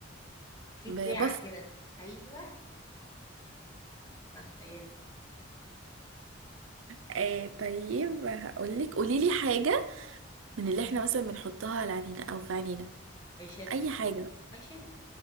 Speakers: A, on the left (about 20°); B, on the right (about 80°).
A: في
B: ببف
A: بتاع كده ايوه صح هي دي
B: آه طيب هقولك قوليلي حاجة من اللي احنا مثلا بنحطها على عينينا او في عينينا
A: اي شادو
B: اي حاجة
A: اي شادو